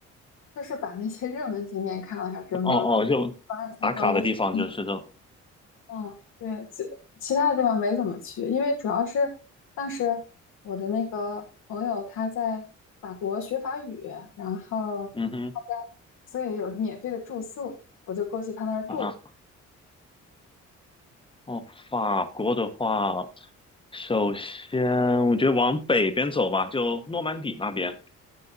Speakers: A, on the left; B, on the left.
A: 就是把那些热门景点看了看，什么
B: 哦哦，就打卡的地方就是这种。
A: 凡尔赛宫、卢浮宫嗯，对，其其他的地方没怎么去，因为主要是当时我的那个朋友他在法国学法语，然后他家
B: 嗯哼，
A: 所以有免费的住宿，我就过去他那儿
B: 啊，哦，法国的话，首先我觉得往北边走吧，就诺曼底那边，